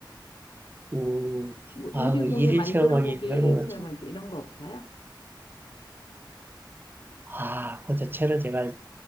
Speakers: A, on the right; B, on the left.
A: 음,
B: 뭐
A: 아,
B: 유리공예
A: 그 일일
B: 만들어
A: 체험하기
B: 보기
A: 그런
B: 일일
A: 거는
B: 체험하기
A: 좀,
B: 이런 거 없어요?
A: 아, 그 자체는 제가